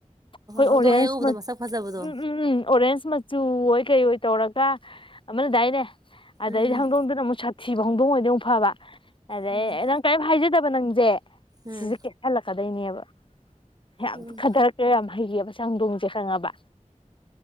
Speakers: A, on the left; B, on the right.
A: ꯍꯣꯏ ꯑꯣꯔꯦꯟꯖ
B: ꯍꯧꯗꯣꯡ ꯍꯦꯛ ꯎꯕꯗ
A: ꯎꯝ
B: ꯃꯁꯛ ꯐꯖꯕꯗꯣ
A: ꯎꯝ ꯎꯝ ꯑꯣꯔꯦꯟ ꯆꯨ ꯑꯣꯏ ꯀꯩ ꯑꯣꯏ ꯇꯧꯔꯒ ꯑꯃꯅꯗꯥꯏꯅꯦ ꯑꯗꯩꯗ
B: ꯎꯝ
A: ꯍꯪ ꯅ ꯆꯠ ꯊꯤꯕ ꯍꯣꯡꯗꯣꯡ ꯑꯣꯏꯗꯤꯨ ꯐꯕ ꯑꯗꯦ
B: ꯎꯝ
A: ꯅꯪ ꯇꯥꯏꯝ ꯍ ꯍꯥꯏꯖꯗ ꯕ ꯅꯪꯖꯦ
B: ꯎꯝ
A: ꯁꯤꯖ ꯀꯦꯁꯂ ꯀ ꯂꯩ ꯂꯩꯅꯦꯕ ꯌꯥ
B: ꯎꯝ
A: ꯐꯗꯔꯛꯀꯦ ꯌꯥꯝ ꯍꯩꯒ ꯑꯃ ꯆꯪꯗꯣꯡꯁꯦ ꯈꯪꯉꯕ